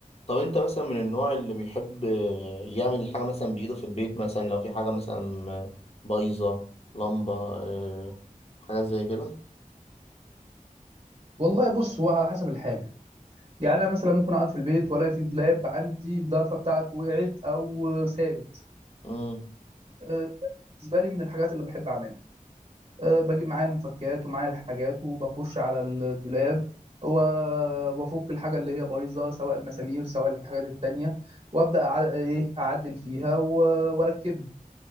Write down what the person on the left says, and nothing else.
طب انت مثلا من النوع اللي بيحب آه، يعمل الحاجة مثلا بإيده في البيت مثلا لو في حاجة مثلا آه، بايظة لمبة آه، حاجات زي كده
امم